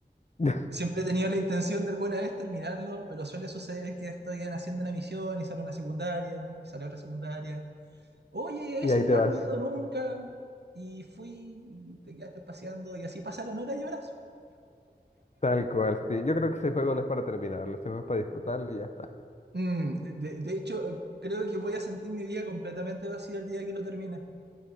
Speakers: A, on the left (about 40°); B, on the right (about 75°).
A: <laughs>
B: Siempre he tenido la intención de alguna vez terminarlo, pero suele suceder que estoy en- haciendo una misión y sale una secundaria, y sale otra secundaria. Oye,
A: Y
B: a ese
A: ahí
B: lugar
A: te vas,
B: no he ido nunca. Y fui, y te quedaste paseando, y así pasaron horas y horas.
A: tal cual, sí. Yo creo que ese juego no es para terminarlo, ese juego es para disfrutarlo y ya está.
B: Mm, de, de hecho, eh, creo que voy a sentir mi vida completamente vacía el día que lo termine.